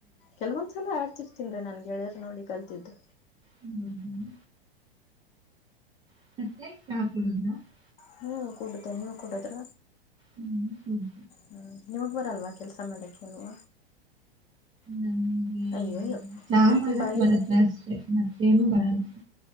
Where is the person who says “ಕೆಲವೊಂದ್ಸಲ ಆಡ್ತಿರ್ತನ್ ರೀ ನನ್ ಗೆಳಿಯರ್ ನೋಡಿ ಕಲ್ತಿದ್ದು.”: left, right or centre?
Left